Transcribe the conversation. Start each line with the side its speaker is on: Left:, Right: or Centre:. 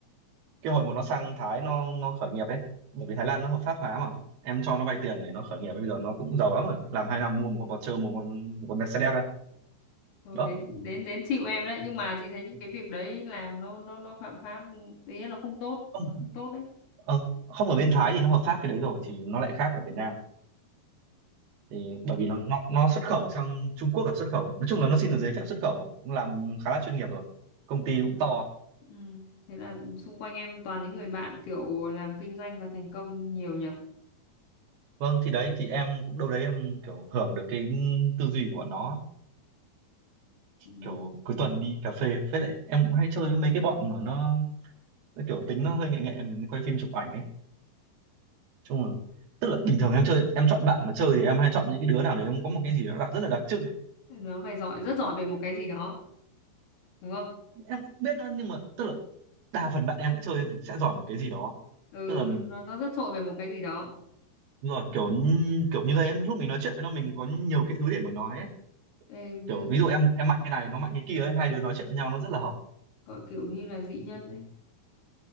Right: cái hồi mà nó sang Thái nó nó khởi nghiệp ấy bởi vì Thái Lan nó hợp pháp hóa mà em cho nó vay tiền để nó khởi nghiệp bây giờ nó cũng giàu lắm rồi làm hai năm mua một con Porsche mua một con một con Mercedes ấy.
Left: Ừ,
Right: đó
Left: đến đến đến chịu em đấy nhưng mà chị thấy những cái việc đấy làm nó nó nó phạm pháp ừ, ý là nó không tốt
Right: không
Left: nó không tốt đấy
Right: ờ, không ở bên Thái thì nó hợp pháp cái đấy rồi thì nó lại khác ở Việt Nam thì bởi vì nó nó, nó
Left: ừ.
Right: xuất khẩu sang Trung Quốc là xuất khẩu nói chung là nó xin được giấy phép xuất khẩu cũng làm khá là chuyên nghiệp rồi công ty cũng to
Left: Ừ. Thế là xung quanh em toàn những người bạn kiểu làm kinh doanh và thành công nhiều nhỉ?
Right: vâng thì đấy thì em cũng đâu đấy em kiểu hưởng được cái tư duy của bọn nó
Left: Ừ.
Right: kiểu cuối
Left: Ừ.
Right: tuần đi cà phê với lại em cũng hay chơi với mấy cái bọn mà nó, nó kiểu tính nó hơi nghệ nghệ mình quay phim chụp ảnh ấy chung là tức là bình thường em chơi em chọn bạn mà chơi thì em hay chọn những cái đứa nào đấy em có một cái gì nó đặc rất là đặc trưng ấy
Left: Nó phải giỏi, rất giỏi về một cái gì đó, đúng không?
Right: em cũng biết đó, nhưng mà tức là đa phần bạn em đã chơi sẽ giỏi một cái gì đó
Left: Ừ,
Right: tức là
Left: nó, nó nó rất trội về một cái gì đó.
Right: đúng rồi
Left: Ừ.
Right: kiểu như- kiểu như thế lúc mình nói chuyện với nó mình có nhiều cái thứ để mà nói ấy.
Left: Ê, nơ-
Right: kiểu ví dụ em em mạnh cái này nó mạnh cái kia ấy hai đứa nói chuyện với nhau nó rất là hợp
Left: gọi kiểu như là dị nhân ấy.